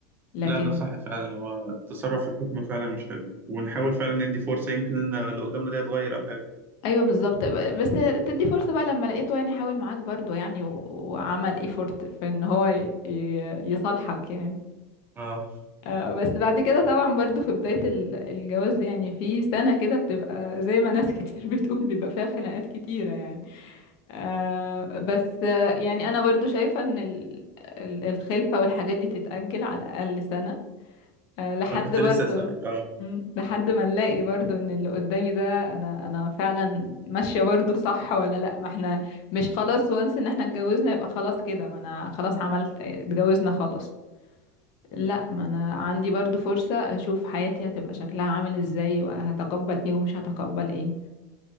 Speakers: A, on the left; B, on the right.
A: لكن
B: لا ده صح فعلا هو التصرف في الحكم فعلا مش حلو ونحاول فعلا ندي فرصة يمكن ان اللي قدامنا ده يتغير او حاجة
A: ايوه بالظبط ب- بس تدي فرصة بقى لما لقيته يعني حاول معاك برضو يعني و- وعمل ايفورت في ان هو ي- ي- يصالحك يعني
B: اه
A: آه، بس بعد كده طبعا برضو في بداية ال- الجواز يعني في سنة كده بتبقى زي ما ناس كتير <laughs> بتقول بيبقى فيها خناقات كتيرة يعني آه، بس آه، يعني انا برضو شايفة ان ال- ال- الخلفة والحاجات دي تتأجل على الاقل سنة آه، لحد
B: انا كنت
A: برضو
B: لسه اسألك اه
A: مم، لحد ما نلاقي برضو ان اللي قدامي ده انا انا فعلا ماشية برضو صح ولا لا ما احنا مش خلاص وانس ان احنا اتجوزنا يبقى خلاص كده ما انا خلاص عملت اتجوزنا خلاص لا ما انا عندي برضو فرصة اشوف حياتي هتبقى شكلها عامل ازاي وهتقبل ايه ومش هتقبل ايه